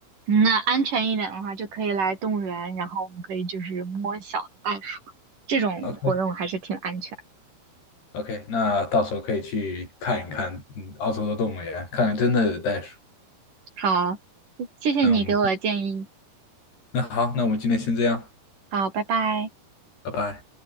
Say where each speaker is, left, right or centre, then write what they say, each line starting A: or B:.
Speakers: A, on the right; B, on the left.
A: 嗯那安全一点的话，就可以来动物园，然后我们可以就是摸小的袋鼠，这种活动还是挺安全。
B: OK OK，那到时候可以去看一看，嗯，澳洲的动物园，看看真的袋鼠。
A: 好，谢谢你给我的建议。
B: 那我们那好，那我们今天先这样，
A: 好，拜拜。
B: 拜拜。